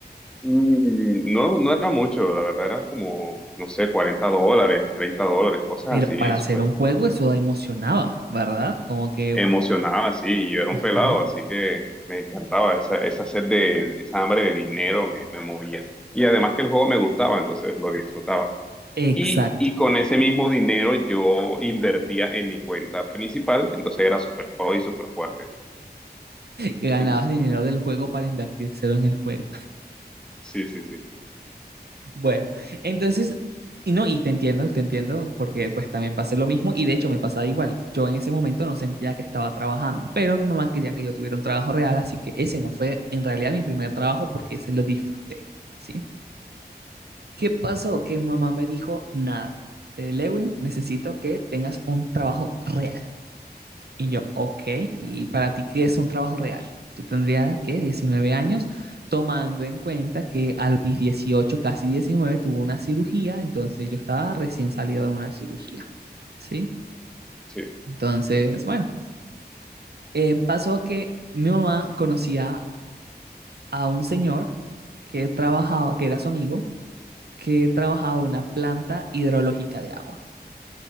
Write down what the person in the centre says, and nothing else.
Mm, No, no era mucho, la verdad era como, no sé, 40 dólares, 30 dólares, cosas
así,
súper
emocionaba así, y yo era
un pelado, así que me encantaba esa, esa sed de, esa hambre de dinero me, me movía. Y además que el juego me gustaba, entonces lo disfrutaba.
Y, y con ese mismo dinero yo invertía en mi cuenta principal, entonces era súper pro y súper fuerte.
Ujú.
Sí, sí, sí,
sí,